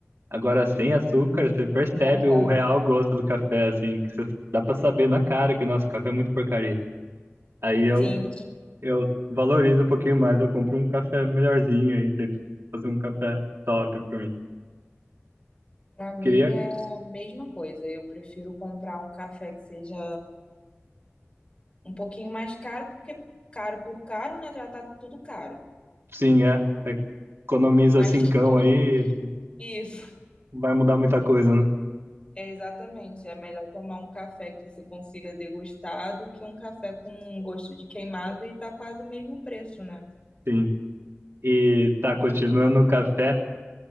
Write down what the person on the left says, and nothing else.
não dá.
Sim,
pra mim
é a mesma coisa. Eu prefiro comprar um café que seja um pouquinho mais caro, porque caro por caro, né? Já tá tudo caro.
Mas
que-
isso, <laughs>
é exatamente. É melhor tomar um café que você consiga degustar do que um café com um gosto de queimado e tá quase o mesmo preço, né?